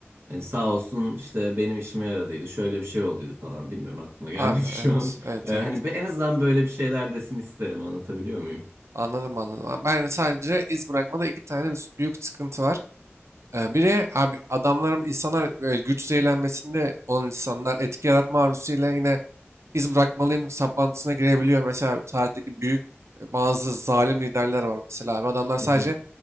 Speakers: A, on the right; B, on the right.
A: Hani sağ olsun işte benim işime yaradıydı. Şöyle bir şey olduydu falan. Bilmiyorum aklıma gelmedi
B: Abi
A: şu
B: evet.
A: an.
B: Evet
A: Ee, hani
B: evet.
A: be- en azından böyle bir şeyler desin isterim anlatabiliyor muyum?
B: Anladım anladım. Ben hani, sadece iz bırakmada iki tane bir büyük sıkıntı var. Ee, biri abi adamların insanlar böyle güç zehirlenmesinde olan insanlar etki yaratma arzusuyla yine iz bırakmalıyım saplantısına girebiliyor. Mesela tarihteki büyük e, bazı zalim liderler var mesela abi. Adamlar sadece
A: Hı hı,